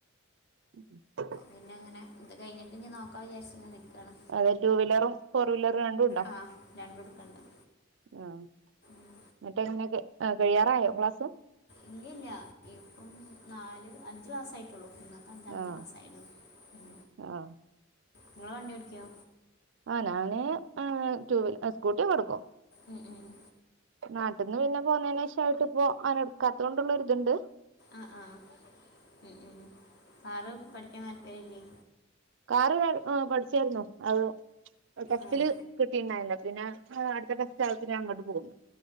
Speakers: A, on the right; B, on the left.
A: <inaudible>
B: പിന്നങ്ങനെ ഇത് കഴിഞ്ഞിട്ട് ഞ്ഞ് നോക്കാ വിചാരിച്ച് ന്ന്ക്കാണ്.
A: അതെ ടു വീലറും ഫോർ വീലറും രണ്ടും ണ്ടോ?
B: ആ രണ്ടും എടുക്കുന്നുണ്ട്
A: ആഹ്
B: ഉം.
A: ങ്ങട്ട് <unintelligible> കഴിയാറായോ ക്ലാസ്?
B: ഇല്ല ഇല്ല ഇപ്പം നാല് അഞ്ച് മാസ്സായിട്ടുള്ളു ഇന്നേക്ക് അഞ്ചാമത്തെ
A: ആഹ്
B: മാസം ആയത് ഉം
A: ആഹ്
B: ഇങ്ങള് വണ്ടി ഓടിക്കോ
A: ആഹ് ഞാന് ഏഹ് ടു വീൽ അ സ്കൂട്ടിയെക്കെടുക്കും
B: ഏഹ് ഏഹ്
A: നാട്ടിന്ന് പിന്നെ പോന്നേന് ശേഷം ആയിട്ട് ഇപ്പോ അങ്ങനെടുക്കാത്ത കൊണ്ടുള്ളൊര് ഇതുണ്ട്
B: ആഹ് ആഹ് ഏഹ് ഏഹ് കാറ് പഠിക്കാൻ താല്പര്യല്ലേ?
A: കാറ് പ ഏഹ് പഠിച്ചായിരുന്നു അത് ടെസ്റ്റില്
B: ഏ
A: കിട്ടീണ്ടാരുന്നില്ല പിന്നെ ആഹ് അടുത്ത ടെസ്റ്റ് <unintelligible> ഞാൻ ഇങ്ങോട്ട് പോന്നു